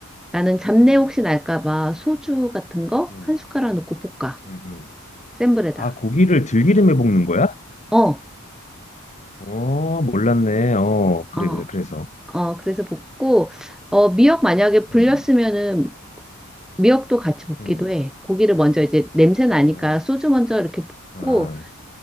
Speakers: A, in the centre; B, on the left.
A: 나는 잡내
B: 음,
A: 혹시 날까 봐 소주 같은 거
B: 음,
A: 한 숟가락 넣고 볶아.
B: 음, 음,
A: 센 불에다.
B: 아, 고기를 들기름에 볶는 거야?
A: 어,
B: 어, 몰랐네. 어, 그래,
A: 어,
B: 그래, 그래서.
A: 어. 그래서 볶고 어, 미역 만약에 불렸으면은
B: 음,
A: 미역도 같이 볶기도
B: 음.
A: 해. 고기를 먼저 이제 냄새
B: 아,
A: 나니까 소주 먼저 이렇게
B: 아,
A: 볶고